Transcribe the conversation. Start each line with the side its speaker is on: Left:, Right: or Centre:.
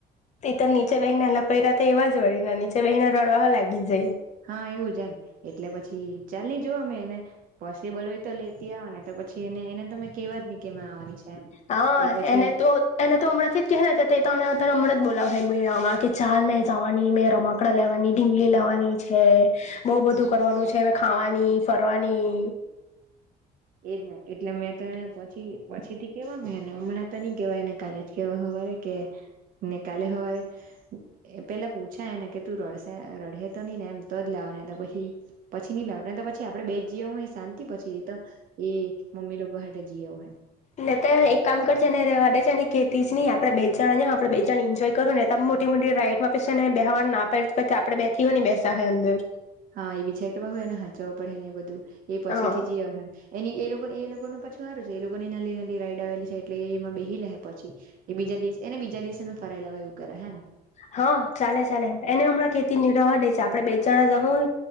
Left: તો નીચે બેહીને હલા પોયરા તે એવા જ હોય, નીચે બેસીને રડવા હો લાગી જાય.
Right: હા, એવું જ એમ. એટલે, પછી ચાલની જોવા મે એને પોસિબલ હોય તો લેતી આવાને પછી એને, એને મે કેવા જ ની કે મેં આવવાની છે. એમ
Left: હા,
Right: એ પછી
Left: એને તો એને તો હમણાંથી જ કેહેને તો તને હમણાં જ બોલાવશે. મેળામાં કે ચાલ મેં જવાની મેં રમાકડા લેવાની, ઢીઞલી લેવાની છે બઉ બધું કરવાનું છે. ખાવાની, ફરવાની
Right: એજ ને એટલે, મેં તેને પછી, પછીથી કેવાને હમણાં તો નહી કેવાયને કાલે જ કેવા સવારે. એ કે. ને કાલે હવારે એ પેલા પૂછા એને કે તું રડેશે રડેહે તો ની ને એમ તો જ લાવા. નેતો પછી, પછી નઈ લાવતા પછી આપડે બે જઈ આવશું તો શાંતિ પછી એ તો એ મમ્મી લોકો હાતે જીયાઓ હશે.
Left: ને તો એક કામ કરજેને રવા દે છે એને કેતી જ નહી આપડે બે જણા હજુ આપણે બે જણા એન્જોય કરહુને મોટી મોટી રાઈટમાં પછી છેને બેહેવા ના પડે પછી આપણે બેથી પણ નહીં બેસા હે અંદર
Right: હા, એ બીજા કેવા હોય એને હાચવવા પડે ને એ બધું એ પછી
Left: હા
Right: થી જ એની એ લોકો એ લોકોને પાછું સારું છે એ લોકોની નાલી નાલી રાઈડ આવેલી છે. એટલે એમાં બેહી લેહે પછી એ બીજા દિવસ એને બીજા દિવસે મે ફરાઈે લાવા એવું કરા હે ને.
Left: હા, ચાલે ચાલે. એને હમણાં કેેતી નિ રવાદે આપણે બે જણા જઉં